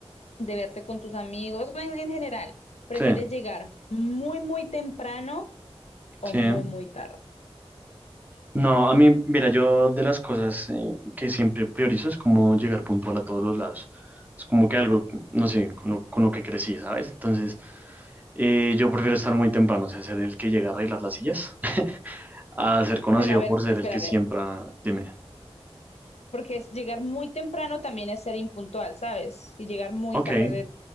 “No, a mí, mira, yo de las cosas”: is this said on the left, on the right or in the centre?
Right